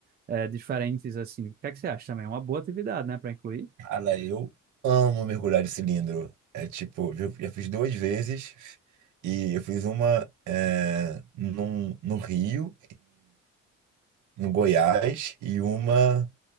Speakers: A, on the right (about 30°); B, on the right (about 75°).
A: é, diferentes assim. O que é que você acha também? É uma boa atividade, né, para incluir?
B: Cara, eu amo mergulhar de cilindro. É tipo, eu já fiz duas vezes. E eu fiz uma é, num, no Rio, no Goiás e uma